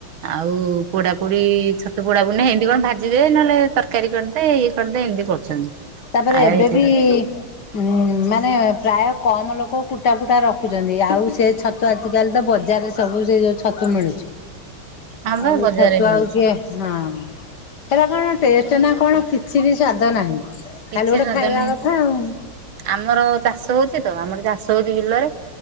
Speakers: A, on the right; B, on the left.
A: ଆଉ ପୋଡା ପୋଡି ଛତୁ ପୋଡା ପୁଣି ନାହିଁ ହେନ୍ତି କଣ ଭାଜିଦେ ନହେଲେ ତରକାରୀ କରିଦେଇ ଦେ ଏମିତି କରୁଛନ୍ତି।
B: ତାପରେ
A: ଆଉ
B: ଏବେବି
A: ଏତେ
B: ଉ ମାନେ ପ୍ରାୟ କମ୍ ଲୋକ କୁଟା ଫୁଟା ରଖୁଛନ୍ତି ଆଉ ସେ ଛତୁ ଆଜିକାଲି ତ ବଜାରରେ ସବୁ ସେ ଯେଉଁ ଛତୁ ମିଳୁଛି।
A: ହଁ ବା
B: ଆଉ ଏ
A: ବଜାରରେ
B: ଛତୁ
A: ମିଳୁଛି
B: ଆଉ କିଏ? ହଁ ହେରା କଣ ଟେଷ୍ଟ ନା କଣ କିଛି ବି ସ୍ଵାଦ ନାହିଁ।
A: କିଛି
B: ଖାଲି ଗୋଟେ
A: ସ୍ବାଦ
B: ଖାଇବା
A: ନାହିଁ
B: କଥା
A: ପା
B: ଆଉ ହୁଁ
A: ଆମର ଚାଷ ହଉଛି ତ ଆମର ଚାଷ ହଉଛି ବିଲରେ